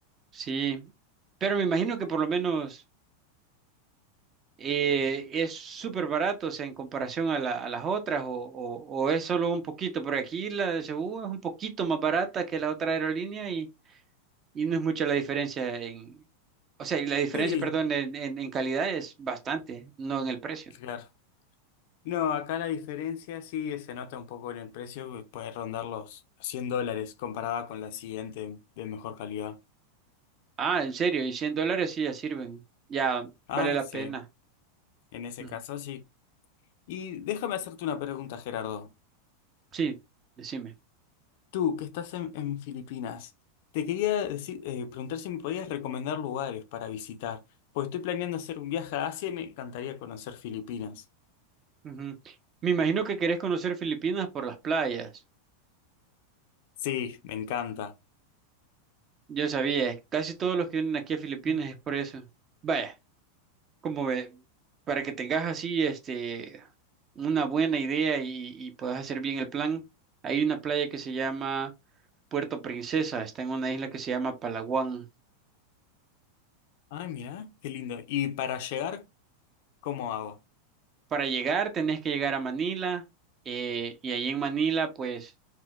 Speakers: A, on the right (about 25°); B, on the left (about 55°).
A: Sí, pero me imagino que por lo menos eh, es súper barato, o sea, en comparación a, la- a las otras, o, o- o es solo un poquito, porque aquí la de Cebú es un poquito más barata que la otra aerolínea y, y no es mucha la diferencia en, o sea, y la diferencia,
B: Sí,
A: perdón, en, en- en calidad es bastante, no en el precio.
B: claro. No, acá la diferencia sí se nota un poco en el precio, que puede rondar los 100 dólares comparada con la siguiente de mejor calidad.
A: Ah, en serio, y 100 dólares sí ya sirven, ya
B: Ah,
A: vale la
B: sí,
A: pena.
B: en ese
A: Ujú.
B: caso sí. Y déjame hacerte una pregunta, Gerardo.
A: Sí, decime.
B: Tú, que estás en, en Filipinas, te quería decir, eh, preguntar si me podías recomendar lugares para visitar, pues estoy planeando hacer un viaje a Asia y me encantaría conocer Filipinas.
A: Ujú. Me imagino que querés conocer Filipinas por las playas.
B: Sí, me encanta.
A: Yo sabía, casi todos los que vienen aquí a Filipinas
B: <laughs>
A: es por eso. Vaya, como ve, para que tengas así este una buena idea y, y puedas hacer bien el plan, hay una playa que se llama Puerto Princesa, está en una isla que se llama Palawan.
B: Ay, mira, qué lindo. ¿Y para llegar, cómo hago?
A: Para llegar tenés que llegar a Manila eh, y ahí en Manila pues